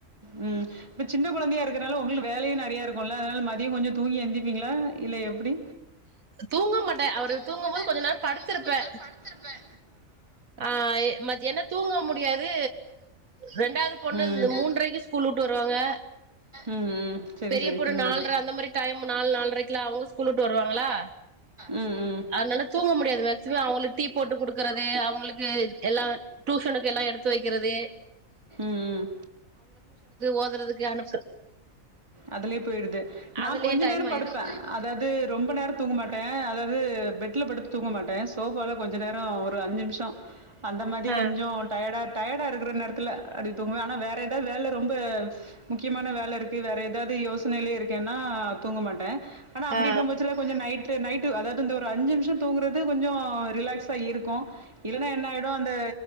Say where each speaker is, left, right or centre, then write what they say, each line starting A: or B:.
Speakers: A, on the right; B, on the right.
A: உம் இப்ப சின்ன கொழந்தையா இருக்கனால உங்களுக் வேலையு நெறையா இருக்குல்ல அத்னால் மதிய கொஞ்சத் தூங்கி எந்திப்பீங்களா இல்ல எப்டி
B: தூங்க மாட்டே அவரு
A: தூங்க
B: தூங்கும்
A: மாட்டே
B: போது கொஞ்ச
A: அவரு
B: நேரோ
A: தூங்கும்
B: படுத்திருப்பே
A: போது கொஞ்ச நேர படுத்திருப்பே
B: ஆ எ மதியான தூங்க முடியாது ரெண்டாவது பொண்ணு
A: ம்.
B: மூன்றைக்கு ஸ் ஸ்கூல் வுட்டு வருவாங்க
A: ம், ம். சரி,
B: பெரிய
A: சரி.
B: பொண்ணு
A: ம்.
B: நாள்ற அந்த மாரி டைம் நாலு நால்ரைக்கலா அவங்க ஸ்கூல் விட்டு வருவாங்களா
A: ம், ம்.
B: அத்னால தூங்க முடியாத் மேக்சிமம் அவுங்குளுக் டீ போட்டு குடுக்கறது அவங் குளுக்கு எல்லா டூசனுக்கு எல்லா எடுத்து வெக்கறது
A: உம்
B: ஓதுறதுக்கு அனுப்பு
A: அதுலயே போயிடுது நான்
B: அதுலயே
A: கொஞ்ச
B: டைம்
A: நேர
B: ஆயிரு
A: படுப்பே அதாவது ரொம்ப நேர தூங்க மாட் டே அதாவது பெட்ல படுத் தூங்க மாட்டே சோஃபாவால கொஞ்ச நேரோ ஒரு அஞ்சு நிமிசோ அந்த மாறி
B: ஆ
A: கொஞ்சோ டயடா டயடா இருக்கிற நேரத்துல அப்டி தூங்குவே ஆனா வேற ஏதாவது வேல ரொம்ப முக்கியமான வேல இருக்கு வேற ஏதாவது யோசனையிலே இருக்கேன்னா தூங்க மாட்டே ஆனா அப்டி
B: ஆ
A: இருக்கும்பச்ல கொஞ்ச நைட் நைட்டு அதாவது ஒரு அஞ்சு நிமிஷோ தூங்கறது கொஞ்சி ரிலாக்ஸ் ஆ இருக்கு இல்லன்னா என்ன ஆயிடு அந்த